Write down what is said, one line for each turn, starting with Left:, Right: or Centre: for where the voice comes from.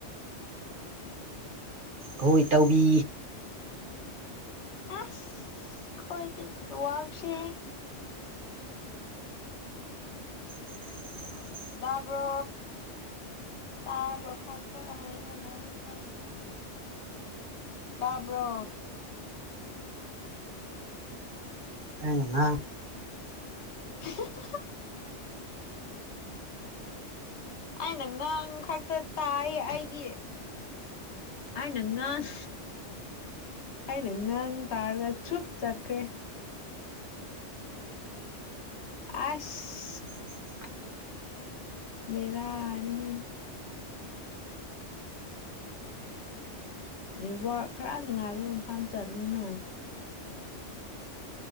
Right: ꯍꯣꯏ ꯏꯇꯥꯎꯕꯤ
Left: ꯑꯁ ꯈꯣꯏꯒꯤ ꯅꯩꯋꯥꯎꯁꯦ
Right: <unintelligible>
Left: ꯗꯥꯕ꯭ꯔꯣ ꯇꯥꯕ꯭ꯔꯣ ꯀꯛꯀ ꯍꯥꯏꯔ ꯑꯩꯌꯦ ꯈꯣꯏꯁꯦ ꯇꯥꯕ꯭ꯔꯣ
Right: ꯑꯩꯅ ꯉꯥꯡ
Left: <unintelligible> ꯑꯩꯅ ꯉꯥꯡ ꯈꯛꯇ ꯇꯥꯏꯌꯦ ꯑꯩꯗꯤ ꯑꯩꯅ ꯉꯥꯡ ꯑꯩꯅ ꯉꯥꯡ ꯇꯥꯔꯒ ꯆꯨꯞ ꯆꯠꯈ꯭ꯔꯦ ꯑꯁ
Right: <unintelligible>
Left: ꯕꯦꯔꯥꯅꯤꯍꯦ ꯅꯦꯠꯋꯔꯛ ꯈꯔ ꯅꯨꯡꯉꯥꯏꯕ ꯃꯐꯝ ꯆꯠꯂꯨꯅ